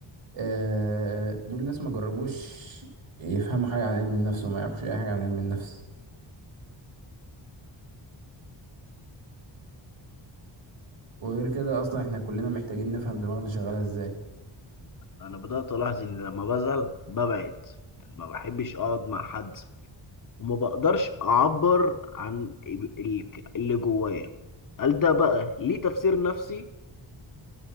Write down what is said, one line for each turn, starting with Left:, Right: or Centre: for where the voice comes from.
Right: آه دول ناس ما جربوش يفهموا حاجه عن علم النفس وما يعرفوش اي حاجه عن علم النفس وغير كده اصلا احنا كلنا محتاجين نفهم دماغنا شغاله ازاي
Left: انا بدات الاحظ ان لما بزعل ببعد يعني ما بحبش اقعد مع حد وما بقدرش اعبر عن ال- اللي جوايا هل ده بقى ليه تفسير نفسي